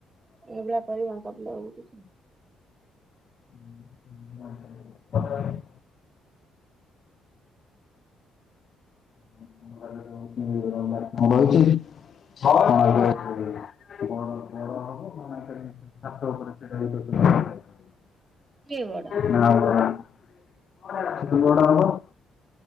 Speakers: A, on the right; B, on the left.
A: ଏଇଭଳିଆ କରିବାଙ୍କ ପିଲା କିଛି
B: <unintelligible> <unintelligible> <unintelligible> <unintelligible>
A: କିଏ ବଡ